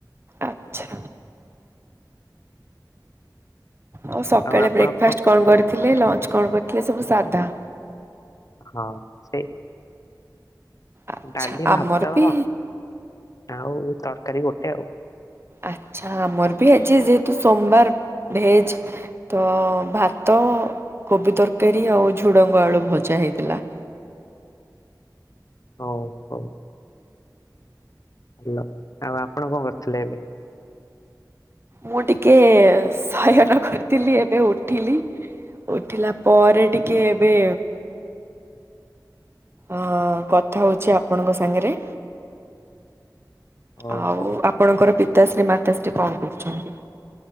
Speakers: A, on the right; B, on the left.
A: ଆଚ୍ଛା। ଆଉ ସକାଳେ
B: ଆପଣ
A: ବ୍ରେକ୍ଫାଷ୍ଟ
B: କ
A: କଣ କରିଥିଲେ ଲଞ୍ଚ କଣ କରିଥିଲେ ସବୁ ସାଧା।
B: ହଁ ସେଇ
A: ଆଚ୍ଛା
B: ଡାଲି ଭାତ
A: ଆମର ବି
B: ଆଉ ତରକାରୀ ଗୋଟେ ଆଉ
A: ଆଛା ଆମର ବି ଆଜି ଯେହେତୁ ସୋମବାର ଭେଜେ। ତ-ଅ ଭାତ, କୋବି ତରକାରୀ, ଆଉ ଝୁଡଙ୍ଗ ଆଳୁ ଭଜା ହେଇଥିଲା।
B: ହଉ ହଉ ଭଲ। ଆଉ ଆପଣ କଣ କରୁଥିଲେ ଏବେ?
A: ମୁଁ ଟିକେ ସୟନ କର୍ ଥିଲି ଏବେ ଉଠିଲି ଉଠିଲା ପରେ ଟିକେ ଏବେ ଅଁ କଥା ହୋଉଛି ଆପଣଙ୍କ ସାଙ୍ଗରେ।
B: ହଉ
A: ଆଉ
B: ହଉ
A: ଆପଣଙ୍କର ପିତାଶ୍ରୀ ମାତାଶ୍ରୀ କଣ କରୁଛନ୍ତି?